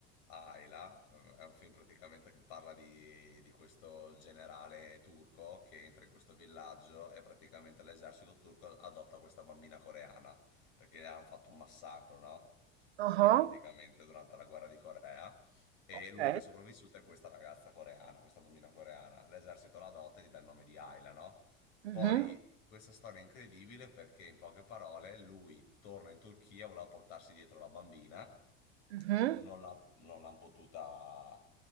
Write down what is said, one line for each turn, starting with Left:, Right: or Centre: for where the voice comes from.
Left: Ayla, eh, è un film praticamente che parla di, di questo generale turco che entra in questo villaggio e praticamente l'esercito turco adotta questa bambina coreana perché hanno fatto un massacro, no?
Right: Ah,
Left: Lì praticamente durante la guerra di Corea e
Right: Ok.
Left: l'unica sopravvissuta è questa ragazza coreana, questa bambina coreana. L'esercito la adotta e gli dà il nome di Ayla, no?
Right: Mhm,
Left: Poi questa storia è incredibile perché in poche parole lui torna in Turchia, voleva portarsi dietro la bambina
Right: mhm,
Left: non l'ha- non l'hanno potuta,